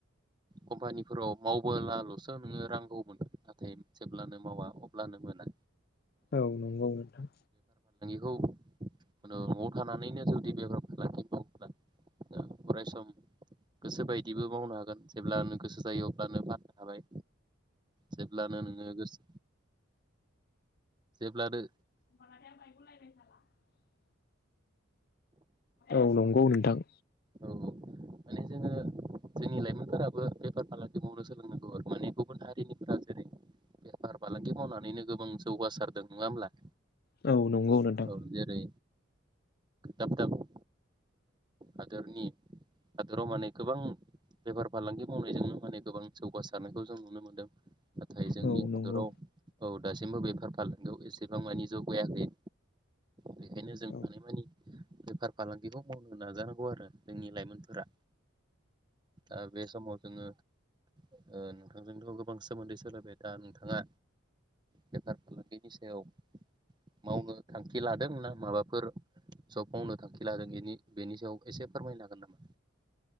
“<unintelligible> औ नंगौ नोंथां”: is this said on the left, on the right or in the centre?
Left